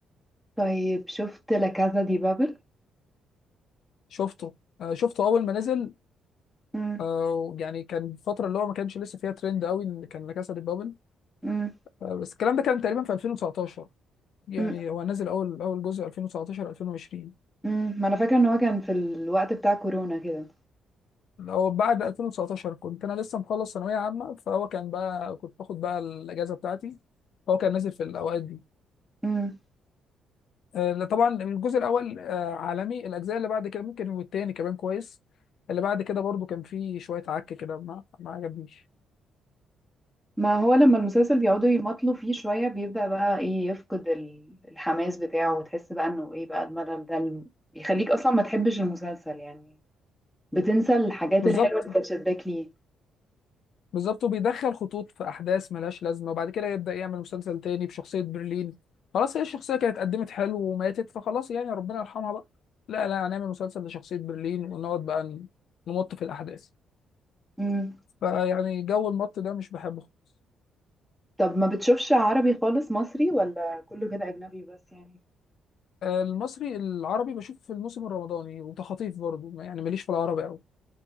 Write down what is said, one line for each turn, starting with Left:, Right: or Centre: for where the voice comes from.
Centre: طيب شفت لا كازا دي بابل
Left: شفته آه، شفته اول ما نزل
Centre: امم
Left: آه، يعني كان الفتره اللي هو ما كانش لسه فيها ترند قوي اللي كان لا كاسا دي بابل
Centre: امم
Left: آه، بس الكلام ده كان تقريبا في 2019 يعني
Centre: امم
Left: هو نزل اول اول جزء 2019 2020
Centre: أمم. ما انا فاكرة ان هو كان في الوقت بتاع كورونا كده
Left: هو بعد 2019 كنت انا لسه مخلص ثانويه عامه فهو كان بقى كنت باخد بقى الاجازه بتاعتي فهو كان نازل في الاوقات دي
Centre: امم
Left: آه، طبعا الجزء الاول آه، عالمي الاجزاء اللي بعد كده ممكن والتاني كمان كويس اللي بعد كده برضو كان فيه شويه عك كده ما ما عجبنيش
Centre: ما هو لما المسلسل بيقعدوا يمطلوا فيه شوية بيبدأ بقى ايه يفقد ال- الحماس بتاعه وتحس بقى انه ايه بقى الملل ده الم- يخليك اصلا ما تحبش المسلسل يعني بتنسى الحاجات
Left: بالظبط
Centre: الحلوة اللي كانت شداك ليه
Left: بالظبط وبيدخل خطوط في احداث ملهاش لازمه وبعد كده يبدا يعمل مسلسل تاني بشخصيه برلين خلاص هي الشخصيه كانت قدمت حلو وماتت فخلاص يعني ربنا يرحمها بقى لا لا هنعمل مسلسل لشخصيه برلين ونقعد بقى ن- نمط في الاحداث
Centre: امم
Left: فيعني جو المط ده مش بحبه خالص.
Centre: طب ما بتشوفش عربي خالص مصري ولا كله كده اجنبي بس يعني
Left: آه، المصري العربي بشوف في الموسم الرمضاني وتخاطيف برضه ما- يعني ماليش في العربي قوي